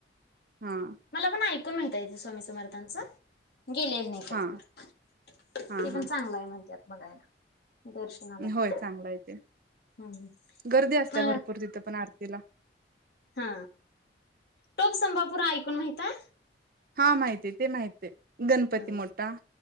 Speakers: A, on the right (about 55°); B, on the left (about 60°).
A: हां,
B: मला पण ऐकून आहे ताई ते स्वामी सम समर्थांचं गेलेलं नाही कधी
A: हां.
B: क ते
A: हां, हां.
B: पण चांगलं आहे म्हणत्यात. बघायला दर्शनाला
A: होय
B: ते
A: चांगल आहे तेे
B: हम्म
A: गर्दी असते
B: अ
A: भरपूर तिथे पण आर तिला
B: हा टोप संभापुरा ऐकून माहीता
A: हा माहिती आहे. ते माहित आहे. गणपती
B: हम्म
A: मोठा